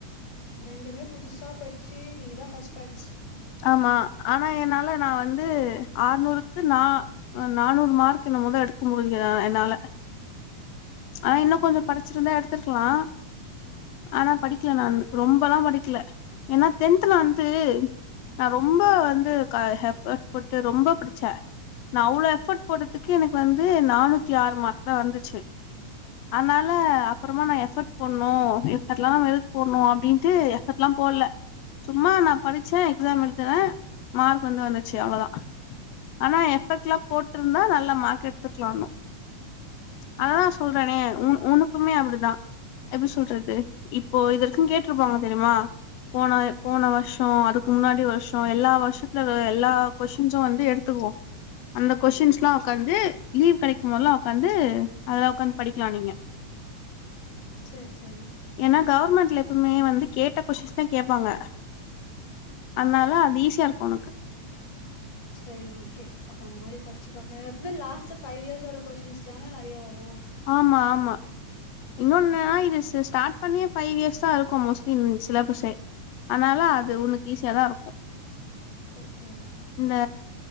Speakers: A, on the left; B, on the left.
A: ரெண்டுமே புதுசா பச்சு நீங்க தான் ஃபர்ஸ்ட் பேச்
B: ஆமா ஆனா என்னால நான் வந்து ஆறுநூறுக்கு நா நானூறு மார்க் என்னமோதா எடுக்க முடிஞ்சதா என்னால ஆனா
A: ஆ
B: இன்னும் கொஞ்சம் படிச்சிருந்தா எடுத்திருக்கலாம் ஆனா படிக்கல
A: ஆ
B: நானு ரொம்பலாம் படிக்கல ஏன்னா டென்துல வந்து நான்
A: ம்
B: ரொம்ப வந்து கால எஃபர்ட் போட்டு ரொம்ப பிடிச்சே நா அவ்வளோ எஃபர்ட் போட்டதுக்கே எனக்கு வந்து நானூத்தி ஆறு மார்க் தான் வந்துச்சு அனால அப்புறமா நான் எஃபர்ட் போணும் எஃபர்ட்ல்லாம் நம் எதுக்கு போடணும் அப்படின்ட்டு எஃபர்ட் எல்லாம் போடல சும்மா நான் படிச்சேன் எக்ஸாம் எழுதுனேன் மார்க் வந்து வந்துச்சு அவ்வளோதான் ஆனா எஃபெக்ட்லாம் போட்ருந்தா நல்லா மார்க் எடுத்துக்கலாம் இன்னும் அதான் சொல்றனே உன் உன்னக்குமே அப்டிதான் எப்படி சொல்றது இப்போ இதுவரைக்கு கேட்ருப்பாங்க தெரியுமா போன போன வருஷோ அதுக்கு முன்னாடி வருஷோ எல்லா வருஷத்துலவே எல்லா கொஷ்டின்ஸு வந்து எடுத்துக்குவோ அந்த கொஷ்டின்ஸ்ல்லா உக்காந்து லீவ் கெடைக்கும் போதெல்லா ஒக்காந்து அதெல்லா ஒட்காந்து படிக்கலா நீங்க
A: சரி சரி ஓகே
B: ஏன்னா கவர்மெண்ட்ல எப்போமே வந்து கேட்ட கொஷ்டின்ஸ் தா கேப்பாங்க அதனால
A: ஆ
B: அது ஈஸிய இருக்கு உனக்கு
A: செரி ஓக்கே அப்ப அந்த மாறி படிச்சு பாக்கலா எப்பமே லாஸ்ட் பைவ் இயர்ஸோட கொஷ்டின்ஸ் தானே நறையா வரு
B: ஆமா ஆமா இன்னொன்னா இது சிஸ் ஸ்டார்ட் பண்ணியே ஃபைவ் இயர்ஸ் தா இருக்கு மோஸ்ட்லி சிலபஸே ஆனாலு அது உனக்கு ஈஸியாதா இருக்கு
A: ஓக்கே
B: இந்த